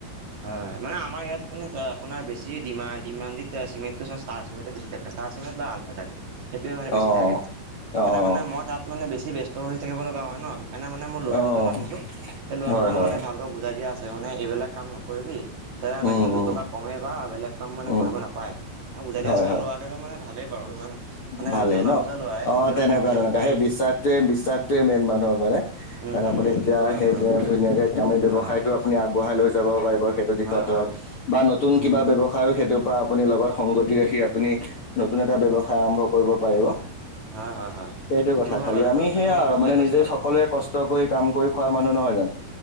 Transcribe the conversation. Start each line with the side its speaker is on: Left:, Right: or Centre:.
Right: হয় মানে আমাৰ ইয়াত মানে আপোনাৰ বেছি ডিমা ডিমানডিট চিমেন্টটো ষ্টাৰ চিমেণ্ট বেছিটে ষ্টাৰ চিমেন্ট বা আলতা টাই টেট সেইটোৱে মানে বেছি
Left: অ',
Right: থাকে সেইকাৰণে
Left: অ',
Right: মানে মই তাত মানে বেছি ব্যস্ত হৈ থাকিব লগা হয় ন। সেইকাৰণে মানে মই লৰা
Left: অ',
Right: দুজন ৰাখিছো সেই ল'ৰা
Left: হয়,
Right: দুজনক
Left: হয়,
Right: মানে ভালকৈ বুজাই দিয়া আছে এইবিলাক কাম ন- কৰিবি দাদা
Left: উম,
Right: লাগিল দুটকা
Left: উম,
Right: কমেই পা আৰু বেলেগ কাম মানে
Left: উম,
Right: কৰিব নাপায় বুজাই দিয়া
Left: হয়,
Right: আছে
Left: হয়,
Right: ল'ৰা কেইজন মানে ভালেই বাৰু ইমান মানে
Left: ভালেই
Right: জনা
Left: ন
Right: বুজা ল'ৰাই
Left: অ
Right: সিহঁতেও
Left: তেনেকুৱা
Right: কম্পিউটাৰ
Left: তেনেকুৱা
Right: শিকায়ে
Left: সেই বিশ্বাসটোৱে বিশ্বাসটোৱে মেইন মানুহক মানে
Right: উম
Left: কাৰণ
Right: উম
Left: আপুনি
Right: উম
Left: এতিয়া
Right: সেইটো হয়
Left: সেই
Right: বাৰু
Left: ধুনীয়াকে কামি ব্যৱসায়টো
Right: হয়
Left: আগবঢ়াই লৈ যাব পাৰিব সেইটো দিশত
Right: হয় হয়
Left: ধৰক বা নতুন
Right: উম
Left: কিবা
Right: উম
Left: ব্যৱসায় সেইটো আপুনি লগত সংগতি ৰাখি আপুনি নতুন এটা ব্যৱসায় আৰম্ভ কৰিব পাৰিব।
Right: হয় হয় হয়
Left: সেইটো কথা
Right: হয়
Left: খালি
Right: বাৰু সেইটো
Left: আমি
Right: আপুনি
Left: সেয়া আৰু
Right: ভালেই
Left: মানে
Right: কৈছে
Left: নিজে
Right: বাৰু
Left: সকলোৱে কষ্ট কৰি কাম কৈ খোৱা মানুহ নহয় জানো।